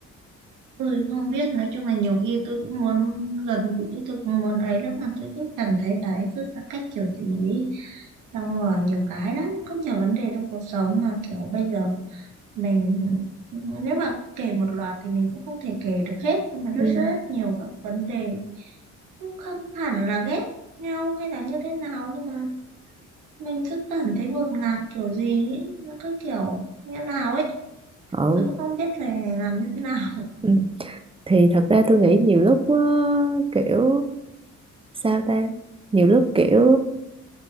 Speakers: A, on the right (about 80°); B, on the right (about 20°).
A: tôi không biết nói chung là nhiều khi tôi cũng muốn gần gũi tôi cũng muốn ấy lắm mà tôi cứ cảm thấy đấy cứ xa cách kiểu gì ý. xong rồi nhiều cái lắm có nhiều vấn đề trong cuộc sống mà kiểu bây giờ mình nếu mà kể một loạt thì mình cũng không thể kể được hết nhưng mà rất
B: ừ
A: rất nhiều các vấn đề Cũng không hẳn là ghét nhau hay là như thế nào nhưng mà mình cứ cảm thấy ngột ngạt kiểu gì ấy. Nó cứ kiểu như nào ấy
B: ừ
A: cứ không biết phải làm như thế nào
B: ừ thì thật ra tôi nghĩ nhiều lúc ờ, kiểu sao ta nhiều lúc kiểu